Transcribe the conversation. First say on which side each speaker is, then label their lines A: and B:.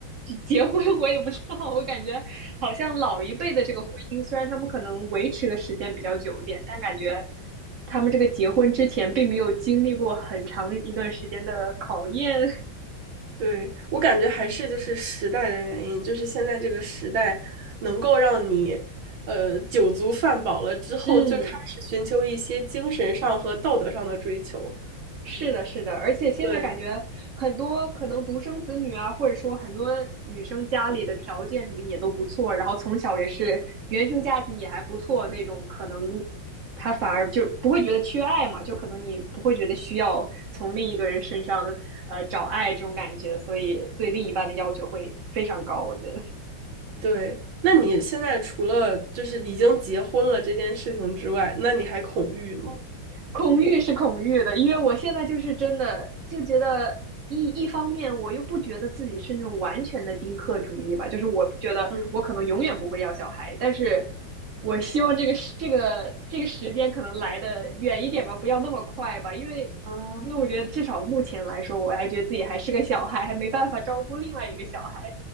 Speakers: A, on the right; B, on the right.
A: 结婚，<laughs> 我也不知道。我感觉好像老一辈的这个婚姻，虽然他们可能维持的时间比较久一点，但感觉他们这个结婚之前并没有经历过很长一段时间的考验。
B: 对，我感觉还是就是时代的原因，就是现在这个时代能够让你，呃，酒足饭饱了之后，
A: 嗯，
B: 就开始寻求一些精神上和道德上的追求。
A: 是的，是的，而且现在感觉很多可能独生子女啊，
B: 对
A: 或者说很多女生家里的条件什么也都不错，然后从小也是原生家庭也还不错那种，可能她反而就不会觉得缺爱嘛，就可能你不会觉得需要从另一个人身上呃找爱这种感觉，所以对另一半的要求会非常高，我觉得。
B: 对，那你现在除了就是已经结婚了这件事情之外，那你还恐育吗？
A: 恐惧是恐惧的，因为我现在就是真的就觉得一一方面，我又不觉得自己是那种完全的丁克主义吧，就是我不觉得我可能永远不会要小孩，
B: 嗯
A: 但是我希望这个这个这个时间可能来的远一点吧，不要那么快吧，因为
B: 啊
A: 因为我觉得至少目前来说，我还觉得自己还是个小孩，还没办法照顾另外一个小孩，